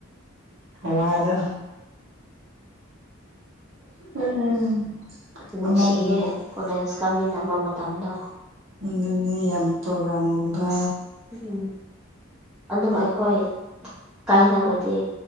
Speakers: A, on the right; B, in the centre.
A: ꯋꯥꯗ ꯎꯝ
B: ꯅꯨꯡꯁꯤꯌꯦ
A: ꯑꯃꯒꯤꯌꯨ
B: ꯀꯣꯂꯦꯖ ꯀꯥꯃꯤꯟꯅꯕ ꯃꯇꯝꯗ
A: ꯑꯗꯨꯅꯤ ꯌꯥꯝ ꯄ꯭ꯔꯣꯒ꯭ꯔꯥꯝꯒꯨꯝꯕ
B: ꯑꯁ ꯎꯝ ꯑꯗꯣ ꯑꯩꯈꯣꯏ ꯀꯥꯏꯅꯕꯗꯤ